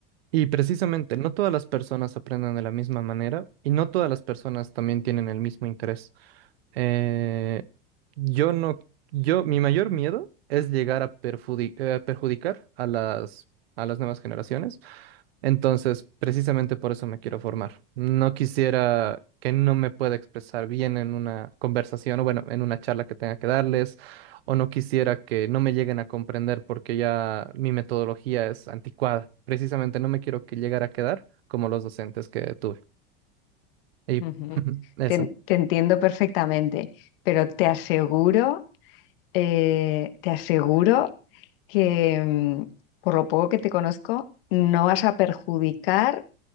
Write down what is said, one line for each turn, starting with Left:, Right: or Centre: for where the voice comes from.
Right: Y precisamente, no todas las personas aprenden de la misma manera y no todas las personas también tienen el mismo interés. Eh, yo no, yo, mi mayor miedo es llegar a perfudi- eh, perjudicar a las, a las nuevas generaciones entonces, precisamente por eso me quiero formar. No quisiera que no me pueda expresar bien en una conversación o bueno, en una charla que tenga que darles, o no quisiera que no me lleguen a comprender porque ya mi metodología es anticuada. Precisamente no me quiero que llegara a quedar como los docentes que tuve. Y
Left: Ujú.
Right: <laughs>
Left: Te,
Right: eso.
Left: te entiendo perfectamente, pero te aseguro, eh, te aseguro que mm, por lo poco que te conozco, no vas a perjudicar